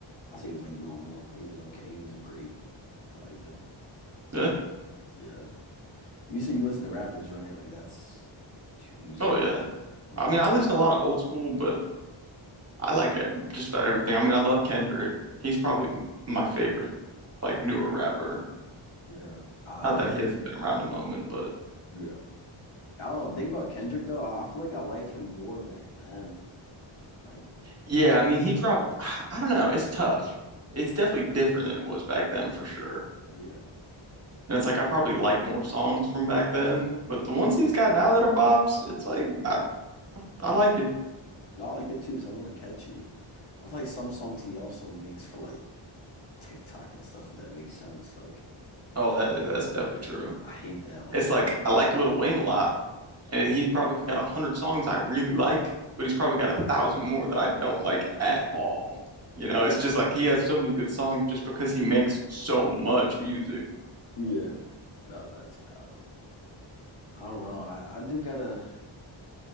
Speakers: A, on the left (about 75°); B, on the right (about 30°).
A: I say he was like normal. He was okay. He was great. I liked him.
B: Yeah.
A: But yeah, you said you listen to rappers, right? Like that's what you usually
B: Oh
A: listen.
B: yeah.
A: to.
B: I mean, I listen to a lot of old school, but I like it- just about everything. I mean, I love Kendrick. He's probably my favorite, like newer rapper.
A: Yeah, I-
B: Not
A: I'll
B: that
A: definitely
B: he hasn't
A: say
B: been
A: that.
B: around a moment, but
A: Yeah, I don't think about Kendrick though. I I feel like I like him more back then. Like
B: Yeah, I mean, he dropped, <sighs> I don't know, it's tough. It's definitely different than it was back then for sure.
A: yeah,
B: And it's like I probably like more songs from back then, but the ones he's got now that are bops, it's like I, I like it.
A: no, I like it too. Some more catchy. I feel like some songs he also makes for like TikTok and stuff. If that makes sense. Like
B: Oh, that that's definitely true.
A: I hate that. Like
B: It's like
A: bro.
B: I like Lil Wayne a lot, and he probably got a hundred songs I really like, but he's probably got a thousand more that I don't like
A: <laughs>
B: at all. You know, it's just like he has so many good songs just because he makes so much music.
A: Yeah, no, that's valid. I don't know. I, I do gotta.